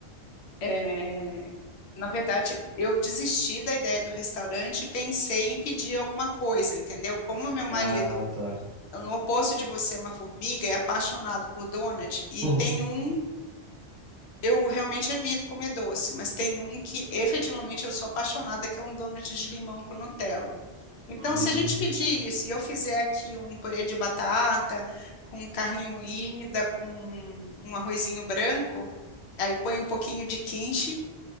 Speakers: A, on the left; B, on the right.
A: é, na verdade, eu desisti da ideia do restaurante e pensei em pedir alguma coisa, entendeu? Como meu marido
B: Ah, tá.
A: no oposto de você, é uma formiga, é apaixonado por donut e
B: Hum,
A: tem um. Eu realmente evito comer doce, mas tem um que efetivamente eu sou apaixonada, que é um donut de limão com Nutella. Então,
B: hum.
A: se a gente pedir isso e eu fizer aqui um purê de batata com carne moída, com um arrozinho branco, aí eu ponho um pouquinho de quenche